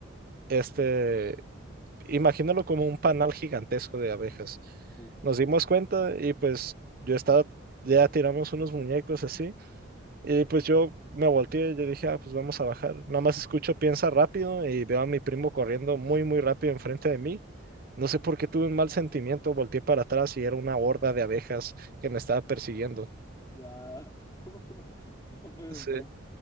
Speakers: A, on the right; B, on the left.
A: este,
B: sí.
A: imagínalo como un panal gigantesco de abejas.
B: Sí.
A: Nos dimos cuenta y pues yo estaba, ya tiramos unos muñecos así y pues yo me volteé y yo dije, ah, pues vamos a bajar. Nada más escucho, piensa rápido y veo a mi primo corriendo muy, muy rápido enfrente de mí.
B: <laughs>
A: No sé por qué tuve un mal sentimiento, volteé para atrás y era una horda de abejas que me estaba persiguiendo.
B: Guau. <laughs> No puede
A: Sí.
B: ser.